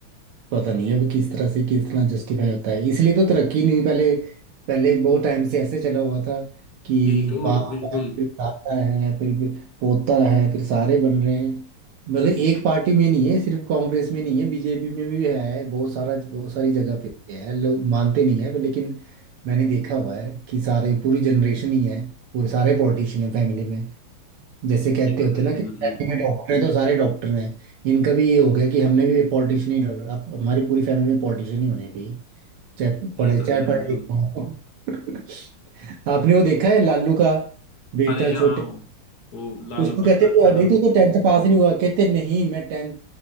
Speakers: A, on the right (about 80°); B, on the left (about 50°).
A: पता नहीं अब किस तरह से किस तरह जस्टिफाई होता है इसलिए तो तरक्की नहीं पहले पहले बहुत टाइम से ऐसे चला हुआ था कि
B: यही तो
A: बाप
B: बिल्कुल
A: है फिर दादा है फिर फिर पोता है फिर सारे बन रहे हैं मतलब एक पार्टी में नहीं है सिर्फ कांग्रेस में नहीं है बीजेपी में भी है बहुत सारा बहुत सारी जगह पे है लोग मानते नहीं है पर लेकिन मैंने देखा हुआ है कि सारे पूरी जनरेशन ही है पूरे सारे पॉलिटिशियन है फैमिली में जैसे कहते
B: ये तो
A: होते
B: है
A: हैं ना
B: ही
A: कि फैमिली
B: मतलब
A: में डॉक्टर हैं तो सारे डॉक्टर हैं इनका भी ये हो गया कि हमने भी पॉलिटिशियन ही डाल अब हमारी पूरी फैमिली में पॉलिटिशियन ही होने हैं भाई चाहे
B: ये
A: पढ़े
B: तो
A: चाहे
B: है मतलब
A: पढ़े लिखे हों। <laughs> आपने वो देखा है लालू का बेटा
B: अरे
A: छोटे
B: हाँ वो वो लालू
A: उसको कहते
B: प्रसाद
A: हैं
B: यादव
A: बेटी तो
B: वो
A: टेंथ पास ही नहीं हुआ कहते नहीं मैं टेंथ